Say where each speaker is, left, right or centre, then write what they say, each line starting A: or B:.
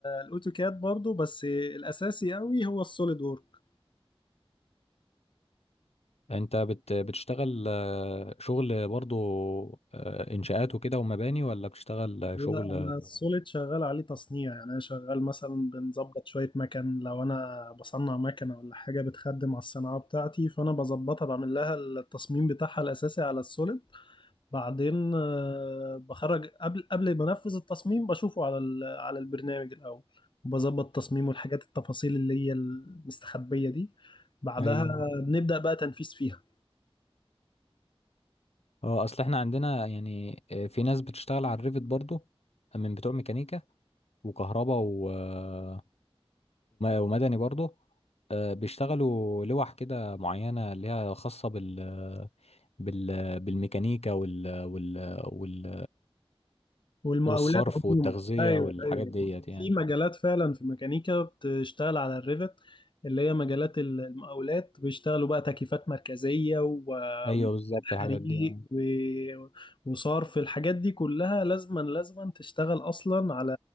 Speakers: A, on the left (about 50°); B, on the left (about 90°).
A: الاوتوكاد برضو بس الاساسي قوي هو السوليد وورك
B: انت بت بتشتغل آه، شغل برضو آه، انشاءات وكده ومباني ولا بتشتغل آه،
A: لا
B: شغل
A: انا السوليد شغال عليه تصنيع يعني انا شغال مثلا بنظبط شويه مكن لو انا بصنع مكنه ولا حاجه بتخدم على الصناعه بتاعتي فانا بظبطها بعمل لها التصميم بتاعها الاساسي على السوليد بعدين آه، بخرج قبل قبل ما انفذ التصميم بشوفه على ال- على البرنامج الاول وبظبط تصميمه الحاجات التفاصيل اللي هي المستخبية دي بعدها
B: ايوه
A: بنبدأ بقى تنفيذ فيها
B: اه اصل احنا عندنا يعني آه، في ناس بتشتغل على الريفت برضو من بتوع ميكانيكا وكهرباء وم- ومدني برضه آه، بيشتغلوا لوح كده معينة اللي هي خاصة بال بال بالميكانيكا وال وال وال
A: والمقاولات
B: والصرف والتغذية
A: عموما ايوه
B: والحاجات
A: ايوه
B: ديت يعني
A: في مجالات فعلا في الميكانيكا بتشتغل على الريفت اللي هي مجالات المقاولات بيشتغلوا بقى تكييفات مركزيه ومكافحات
B: ايوه بالظبط الحاجات
A: حريق
B: دي آه.
A: و- وصرف الحاجات دي كلها لازما لازما تشتغل اصلا على